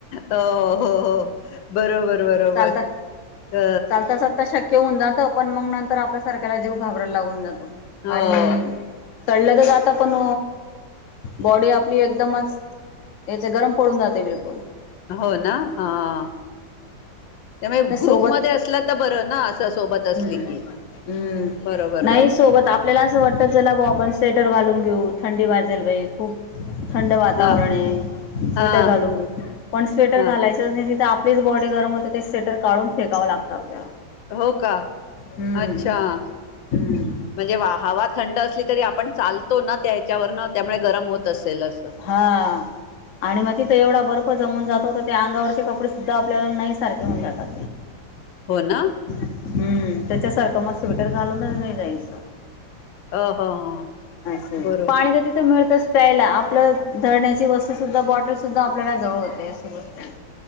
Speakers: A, on the left; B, on the left.
A: हो, हो. बरोबर, बरोबर
B: चालतं
A: अ
B: चालता चालता शक्य होऊन जात पण मग नंतर आपल्या सारख्याला जीव घाबराला लागून जातो
A: हो
B: आणि चढलं तर जात पण बॉडी आपली एकदमच याच गरम पडून जाते बिलकुल.
A: होना, हा.. त्यामुळे
B: त्या सोबत
A: ग्रुपमध्ये असला तर बरं ना असं सोबत असली
B: हम्म,
A: की
B: हम्म
A: बरोबर
B: नाही
A: बरोबर
B: सोबत आप आपल्याला असं वाटतं चला भाऊ आपण स्वेटर घलून घेऊ, थंडी वाजायला बाये खूप थंड वातावरण
A: हा
B: आहे स्वेटर
A: हा
B: घालून घेऊ पण स्वेटर
A: हा
B: घालायचं तिथे आपलीच बॉडी गरम होते ते स्वेटर काढून फेकाव लागतं आपल्याला.
A: होका,
B: हम्म
A: अच्छा.
B: हम्म
A: म्हणजे वा हवा थंड असली तरी आपण चालतो ना त्याच्यावरन त्यामुळे गरम होत असेल अस.
B: हा.. आणि मग तिथं एवढा बर्फ जमून जातो तर त्या अंगावरचे कपडे सुद्ध आपल्याला नाही सारखे होऊन जातात.
A: होना.
B: हम्म त्याच्यासारखं मग स्वेटर घालूनच नाही जायच.
A: अ, ह, ह.
B: असं
A: बरोबर
B: पाणी तर तिथं मिळतेस. प्यायला आपलं धरण्याची वस्तू सुद्धा बॉटल सुद्धा आपल्याला जवळ होते अशी गोष्ट आहे